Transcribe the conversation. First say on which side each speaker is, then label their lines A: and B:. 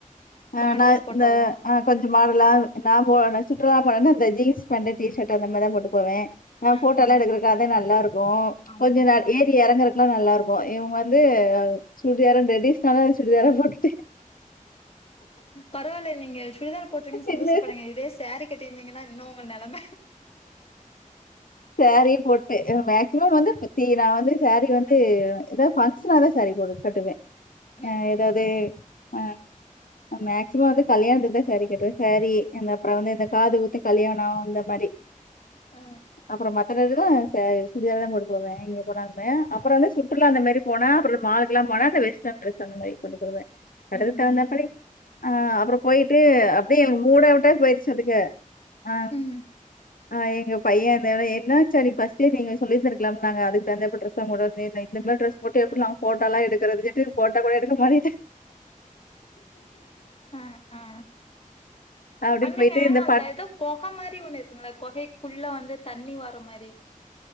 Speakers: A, on the left; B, on the left.
A: ஆ
B: மாடெல்லா
A: ந
B: போட்டோமோ
A: இந்த ஆ கொஞ்சொ மாடலா நா போனா சுற்றுலா போனன்னா இந்த ஜீன்ஸ் பேண்ட்டு டீ ஷர்ட்டு அந்த மார்தா போட்டு போவே நா
B: அ
A: ஃபோட்டோல்லா
B: அ
A: எடுக்றக்கு அதே நல்லாருக்கு
B: ஆமா
A: கொஞ்ச நா ஏ றி எறங்றக்லா நல்லாருக்கு இவுங்க வந்து சுடிதாரு டெடிஷ்னலான சுடிதார போட்டு
B: பரவால்ல நீங்க சுடிதார் போட்றீங்கன் சந்தோஷப்படுங்க
A: இல்ல
B: இதே ஸாரி கட்டிருந்தீங்கன்னா இன்னு உங்க நெலம
A: ஸாரியு போட்டு மேக்சிமம் வந்து <unintelligible> நா வந்து ஸாரி வந்து எதா பங்க்ஷனாதா ஸாரி போடு கட்டுவே
B: ம்
A: ஆ
B: ம்
A: எதாவ்து ஆ நா மேக்சிமம் வந்து கல்யாணத்துக்கு தா ஸாரி கட்டுவே ஸாரி அந்த அப்றோ வந்து இந்த காது குத்து கல்யாணோ இந்த மாரி
B: ஆ
A: அப்றோ மத்த நேரத்துலா சே சுடிதார் தா போட்டு போவே எங்க போனாலுமே அப்றோ வந்து சுற்றுலா அந்த மாரி போனா அப்றோ மாலுக்லா போனா அந்த வெஸ்டர்ன் ட்ரெஸ் அந்த மாரி போட்டு போவே எடத்துக்கு
B: ம்
A: தகுந்த மாரி ஆ அப்றோ போய்ட்டு அப்டியே எனக் மூட்டவுட்டாய் போய்ருச்சு பாத்துங்க ஆ
B: ம்
A: ஆ எங்க பையே வந்தோன்னே என்னா ஆச்சா நீ ஃபர்ஸ்ட்டே நீங்க சொல்லி இருந்திருக்லாம்ல நாங்க அதுக் தகுந்தாப்ல டிரெஸ்லா போட்டுவந்தே இந்த மார் டிரெஸ் போட்டு‌ எப்டி நாங்க ஃபோட்டோலா எடுக்றதுன்னுட்டு ஃபோட்டோ கூட எடுக்க மாட்டே டா
B: ஆ ஆ
A: அப்டி
B: அங்கங்க
A: போயிட்டு இந்த
B: அந்த
A: பட்
B: எதோ கொக மாரி ஒண்ணு இருக்கும்ல கொகைக்குள்ள வந்து தண்ணி வர மாரி